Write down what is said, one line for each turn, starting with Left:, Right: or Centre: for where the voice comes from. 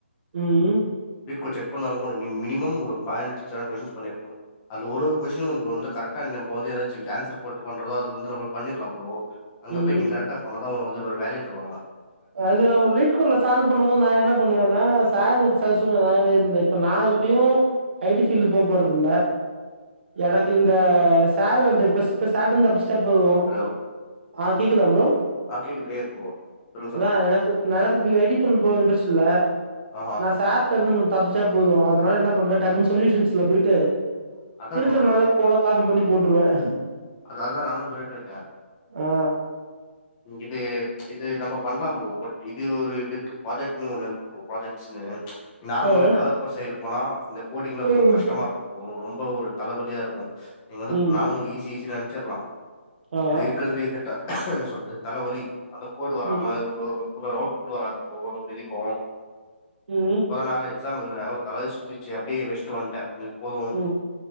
Right: ம்
Left: வீட்ல கோடு செக் பண்ணுவாங்கோ நீங்க மினிமம் ஒரு five hundreds six hundred question பண்ணிருக்கனு அந்த ஒரு ஒரு கொஷின் உனக்கு வந்து ன்ட்டா என்ன ப்ரோ எதாச்சு சான்சர் போட்டு பண்றதோ அது வந்து நம்ம பண்ணிர்லாம் ப்ரோ அங்க
Right: ம்
Left: போய்ட்டு நீங்க கரெக்ட்டா பண்ணாதான் உங்க வந்து ஒரு வேல்யூ தருவாங்கலா
Right: அது நம்ம லீட்ஸ் கோடுல சால்வ் பண்ணும்போது நான் என்ன பண்ணுவன்னா <unintelligible> இந்த இப்ப நா எப்டியு ஐ டி ஃபீல்டுல போ போறது இல்ல எனக்கு இந்த சேறுகளிட்ட இப்ப சே சேட்டன் தப்பிச் சா போது
Left: ஹலோ
Right: ஆ கேக்குதா ப்ரோ
Left: ஆ கேக் கேக்குது ப்ரோ சொல்லுங்க சொல்லுங்க
Right: அதான் எனக்கு எனக்கு எடிஷன் போ இன்ட்ரெஸ்ட் இல்ல
Left: ஆஹா
Right: நா சா ர்ட்டா இருந்து நம்ம தப்பிச்சா போது அதனால என்ன பண்ணுவன் டக்குன்னு சொல்யூஷன்ஸ்ல போயிட்டு
Left: அதான்
Right: இருக்கிற
Left: ப்ரோ
Right: நல்ல கோட காப்பி பண்ணி போட்டுருவன்
Left: அதுஅதா நானு சொல்லிட்ருக்கே
Right: ஆ
Left: இது இது நம்ப பண்லா ப்ரோ பட் இது ஒரு இடுக்கு ப்ராஜெக்ட்னு ஒண்ணு இருக் ப்ராஜெக்ட்ஸ்ஸினு நார்மலா
Right: ஆ
Left: டெவலப்பர் சைடு போனா இந்த கோடிங்ல
Right: ம்
Left: உனுக் கஷ்டமா இருக்கு ப்ரோ ரொம்ப ஒரு தலைவலியா இருக்கு நீங் வந்து
Right: ம்
Left: நானு ஈஸி ஈஸி நென்ச்சிர்லா
Right: ஆ
Left: இது இருக்கிறதுலே இத ட என்ன சொல்றது தலைவலி அந்த கோடு வராம
Right: ம்
Left: அவுட் புட் வராதுவ் <unintelligible>
Right: ம்
Left: இப்பதா நானே எக்ஸாம் எழ்துன தலயே சு எந்ச்சி அப்டியே வெஸ்டு வன்ட்டே போதும்
Right: ம்